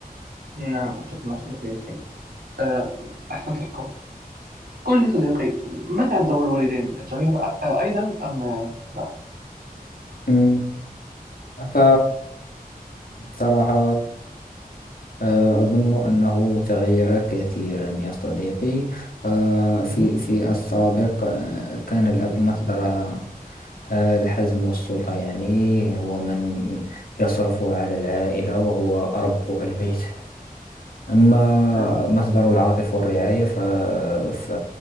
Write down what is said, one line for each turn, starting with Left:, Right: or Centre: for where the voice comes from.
Right: نعم، أتفق معك أخي ياسين آه، أحسنت القول قل لي صديقي ماذا عن دور الوالدين هل تغير آه، أيضا أم آه، لا
Left: مم. ف بصراحة آه، أظن أنه تغير كثيرا يا صديقي ففي
Right: مهم.
Left: في في السابق آه، كان الأب مصدر آه، الحزم والسلطة يعني هو من يصرف على العائلة وهو رب البيت أما
Right: نعم
Left: مصدر العاطفة والرعاية ف... ف...